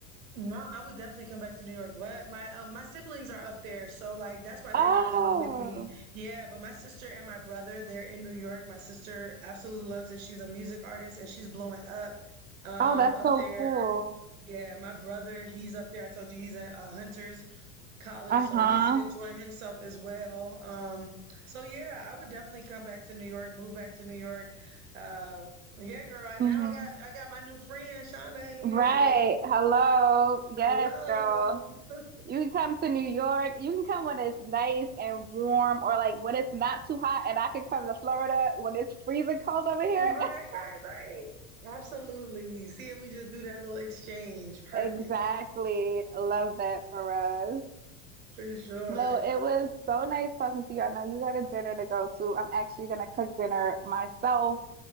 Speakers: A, on the right (about 75°); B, on the right (about 25°).
A: No, I would definitely come back to New York. What? My uh, my siblings are up there, so like that's why they're
B: Oh,
A: not coming with me. Yeah, but my sister and my brother, they're in New York. My sister absolutely loves it. She's a music artist and she's blowing up um
B: oh, that's
A: up
B: so
A: there.
B: <laughs> cool.
A: Yeah, my brother, he's up there. I told you he's in uh, Hunters college,
B: Uh-huh.
A: so he's enjoying himself as well. Um, so yeah, I would definitely come back to New York, move back to New York. Uh, yeah, girl, and
B: hmm
A: now I got I got my new friend Shauna in New
B: Right.
A: York.
B: Hello. Yes,
A: <laughs> Hello,
B: girl.
A: <laughs>
B: You can come to New York. You can come when it's nice and warm, or like when it's not too hot, and I can come to Florida when it's freezing cold over here.
A: right,
B: <laughs>
A: right, right. Absolutely. See if we just do that little exchange. Perfect.
B: Exactly. Love that for us.
A: For sure.
B: Well, it was so nice talking to you. I know you got a dinner to go to. I'm actually gonna cook dinner myself